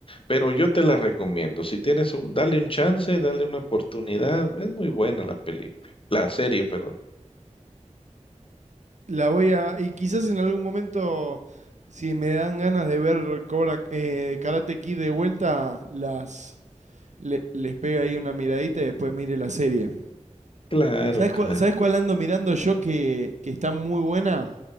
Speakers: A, on the left; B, on the right.
A: Pero yo te la recomiendo. Si tienes un, dale un chance, dale una oportunidad. Es muy buena la película, la serie, perdón.
B: La voy a, y quizás en algún momento, si me dan ganas de ver Cobra, eh, Karate Kid de vuelta, las, le- les pego ahí una miradita y después mire la serie.
A: Claro,
B: ¿Sabes
A: claro.
B: cuál, sabes cuál ando mirando yo que, que está muy buena?